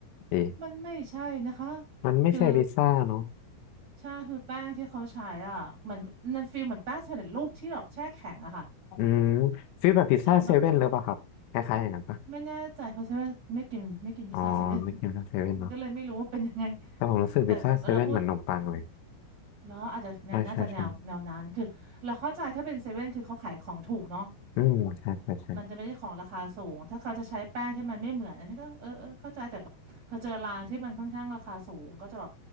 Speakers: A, on the left; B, on the right.
A: ดี
B: มันไม่ใช่นะคะ
A: มันไม่ใช่พิซซ่าเนาะ
B: คือใช่คือแป้งที่เขาใช้อ่ะเหมันมันฟีลเหมือนแป้งสำเร็จรูปที่แบบแช่แข็งอะค่ะ
A: อืมฟีลแบบพิซซ่าเซเว่นหรือเปล่าครับคล้ายๆอย่างนั้นปะ
B: แล้วแบบไม่แน่ใจเพราะว่าไม่กินไม่กินพิซซ่าเซเว่น
A: อ๋อไม่กินพิซซ่าเซเว่นเนาะ
B: ก็เลยไม่รู้ว่าเป็นยังไง
A: แต่ผมรู้สึกพิซซ่าเซเว่นเหมือนนมปังเลย
B: แต่พอเราพูดแล้วอาจจะเนี่ยน่าจะแนวแนวนั้นคือเราเข้าใจถ้าเป็นเซเว่นคือเขาขายของถูกเนาะ
A: ใช่ใช่ใช่อืมใช่ใช่ใช่
B: มันจะไม่ได้ของราคาสูงถ้าเขาจะใช้แป้งที่มันไม่เหมือนอันนี้ก็เออเออเข้าใจแต่แบบพอเจอร้านที่มันค่อนข้างราคาสูงก็จะแบบ